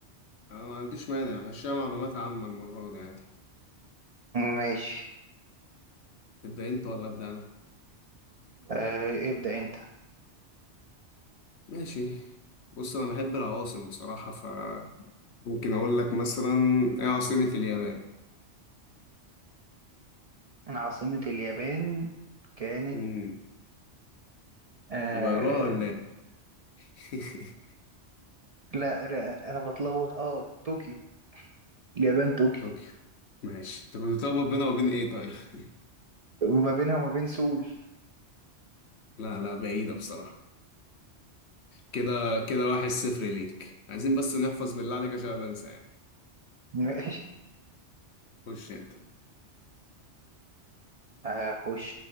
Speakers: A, on the left (about 70°); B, on the right (about 50°).
A: أنا ما عنديش مانع مشيها معلومات عامة المرة دي عادي
B: ماشي
A: تبدأ أنت ولا أبدأ أنا
B: آه ابدأ انت
A: ماشي بص انا بحب العواصم بصراحة فممكن اقول لك مثلا ايه عاصمة اليابان
B: عاصمة اليابان كانت
A: امم
B: آه
A: غيروها ولا ايه <laughs>
B: لا لا، انا بتلخبط اه طوكيو اليابان طوكيو
A: طوكيو ماشي انت كنت بتلخبط بينها وبين ايه طيب <laughs>
B: وما بينها وما بين سول
A: لا لا بعيدة بصراحة كده كده واحد صفر ليك عايزين بس نحفظ بالله عليك عشان أنا بنسى يعني
B: ماشي
A: خش انت
B: هخش